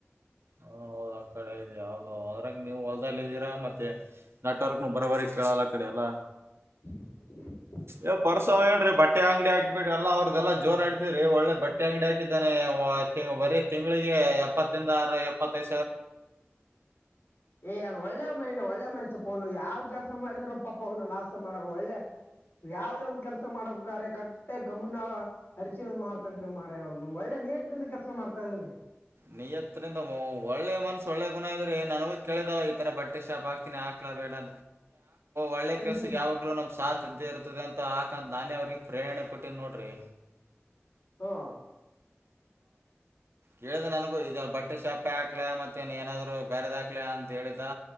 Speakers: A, on the right; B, on the left.
A: ಹೌ ಯಾವುದು ಅದ ನೀವು ಹೊಲ್ದಲ್ ಇದ್ದೀರಾ ಮತ್ತೆ ನೆಟ್ವರ್ಕ್ನು ಬರಬರಿ ಕೇಳಲ್ಲ ಆ ಕಡೆ ಎಲ್ಲ.
B: ಹ್ಮ್.
A: ವ್ ಪರಸವ ಹೇಲ್ರಿ ಬಟ್ಟೆ ಅಂಗಡಿ ಹಾಕ್ಬಿಡ್ರಿ ಎಲ್ಲ ಅವ್ರ್ದದೆಲ್ಲ ಜೋರ ಆಡತೇರೀ ಒಳ್ಳೆ ಬಟ್ಟೆ ಅಂಗಡಿ ಹಾಕಿದ. ಇದ ಬರೀ ತಿಂಗಳಿಗೆ ಎಪ್ಪತ್ತರಿಂದ ಆರು ಎಪ್ಪತ್ತೈದು ಸಾವಿರ.
B: ಏ ಅವನ್ ಒಳ್ಳೆ ಮೈಂಡ್ ಒಳ್ಳೆ ಮನಸಪ್ಪನು ಯಾವ್ ಕೆಲಸ ಮಾಡಿದ್ರ ಪಾಪ ಅವನು ಲಾಸ ಮಾಡರು ಒಳ್ಳೆ. ಯಾವದೇ ಒಂದ್ ಕೆಲಸ ಮಾಡಬೇಕಾದ್ರೆ ಕಟ್ಟೆ ಗಮನ ಅರಿಚಿ ಮಾಡ್ತನ್ ಮಾಡತಾನ ಅವನು ಒಳ್ಳೆ. ನೀಯತರಿಂದ ಕೆಲಸ ಮಾಡ್ತಾ ಇದ್ದೇನೆ.
A: ನಿಯತ್ತಿರಿಂದ ಒಳ್ಳೆ ಮನ್ಸ ಒಳ್ಳೆ ಗುಣ ಇದ್ರ ನನಗೂ ಕೇಳಿದ. ರ ಬಟ್ಟೆ ಶಾಪ್ ಹಾಕ್ತೀನಿ ಹಾಕ್ಲಾ ಬೇಡಾ. ಒಳ್ಳೆ
B: ಹ್ಮ್
A: ಕೆಲ್ಸಕ್ಕೆ
B: ಹ್ಮ್
A: ಯಾವಾಗ್ಲೂ ನಮ್ ಸಾತ ಇದ್ದೇ ಇರುತ್ತದೆ ಅಂತ. ಯಂದ ನಾನೇ ಅವ್ರಗ್ ಪ್ರೇರಣೆ ಕೊಟ್ಟೇನ ನೋಡ್ರಿ.
B: ಹ್ಮ.
A: ಕೇಳ್ದ ನನಗೂ ಇದ ಬಟ್ಟೆ ಶಾಪೆ ಹಾಕ್ಲ ಮತ್ತೆನ್ ಏನಾದ್ರು ಬ್ಯಾರದ್ ಹಾಕ್ಲ ಅಂತ ಹೇಳಿದ.